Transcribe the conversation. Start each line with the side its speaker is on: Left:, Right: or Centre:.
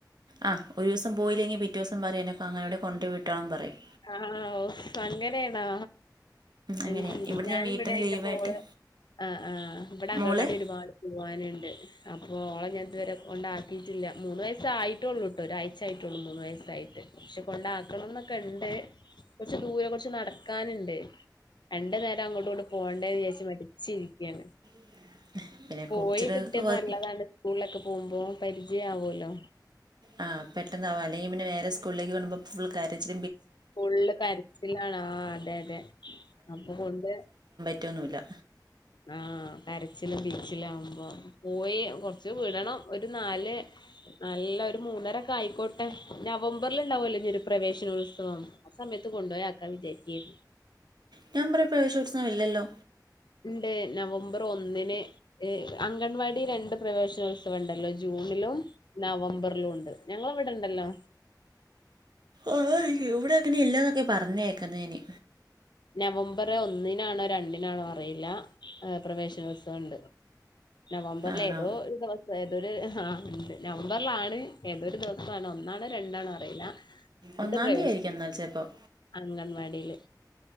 Right: ആ ഒരു ദിവസം പോയില്ലെങ്കി പിറ്റേ ദിവസം പറയും എന്നൊക്കെ അങ്ങനവാടി കൊണ്ട് വിട്ടോണം പറയും
Left: ആഹ ഓ അങ്ങനെണാ
Right: അങ്ങനെയാണ്
Left: ഐ ശെരി
Right: ഇവിടെ
Left: ഞാന്ഇവടെ
Right: ഞാൻ വീട്ടിൽ നിന്ന്
Left: ഇന്റെ
Right: ലീവായിട്ട്
Left: മോള് ആ ആ ഇവടെ അംഗൾവാടി
Right: മോള്
Left: ഒരുപാട് പോവാനുണ്ട് അപ്പോ ഓള ഞാൻ ഇതുവരെ കൊണ്ടാക്കിട്ടില്ല മൂന്ന് വയസ്സായിട്ടുള്ളൂ ട്ടോ ഒരാഴ്ച്ച ആയ്ട്ടൊള്ളൂ മൂന്ന് വയസ്സായിട്ട് പക്ഷെ കൊണ്ടാക്കണംന്നൊക്കെണ്ട് ണ്ട് കൊറച്ച് ദൂരെ കൊറച്ച് നടക്കാന്ണ്ട് രണ്ട്നേര അങ്ങോട്ടുംഇങ്ങോട്ടും പോണ്ടേ വിജാരിച്ച് മടിച്ചിരിക്ക്യാണ്
Right: <inaudible>
Left: പോയി
Right: കൊച്ചുകൾക്ക്
Left: കിട്ട്യാ നല്ലതാണ് സ്കൂളിലൊക്കെ പോകുമ്പോ പരിജയാവോല്ലോ
Right: ആ പെട്ടെന്നാവാലെ അല്ലെങ്കി പിന്നെ വേറെ സ്കളിലേക്ക് കേറൂമ്പോ ഫുൾ കരച്ചി
Left: ഫുള്ള് കരച്ചിലാണ് ആ അതെ അതെ അപ്പൊ കൊണ്ട്
Right: പറ്റൊന്നുമില്ല
Left: ആഹ കരച്ചിലും പിരിച്ചിലും ആമ്പോ പോയി കൊറച്ച് വിടണം ഒരു നാല് അല്ലൊരു മൂന്നരക്കായ്ക്കോട്ടെ നവംബർല്ണ്ടാവൊല്ലോ ഇനി ഒരു പ്രവേശനോത്സവം ആ സമയത്ത് കൊണ്ടോയാക്കാ വിജാരിക്യാര്ന്നു
Right: നവംബറി പ്രേവേശനോത്സവം ഇല്ലല്ലോ
Left: ണ്ട് നവംബർ ഒന്നിന് അംഗൻവാടി രണ്ട് പ്രവേശനോത്സവം ഉണ്ടല്ലോ ജൂണിൽ ലും നവംബറിലുണ്ട് ഞങ്ങള്വ്ടെണ്ടല്ലോ
Right: ആ ഇവടങ്ങനെ ഇല്ലന്നൊക്കെ പറഞ്കേക്കുന്നേനി
Left: നവംബർ ഒന്നിനാണോ രണ്ടിനാണോ അറിയില്ല പ്രവേശനോത്സവം ഇണ്ട് നവംബറിലെ
Right: ആണോ
Left: ഏതോ ഒരു ദിവസം ഏതൊര് ആ ഇണ്ട് നവമ്പർലാണ് ഏതൊരു ദിവസാണ് ഒന്നാണോ രണ്ടാണോ അറിയില്ല
Right: ഒന്നാം
Left: ണ്ട് പ്രവേശനണ്ട്
Right: തീയതി ആയിരിക്കും എന്നാൽ ചിലപ്പോൾ
Left: അംഗൻവാടില്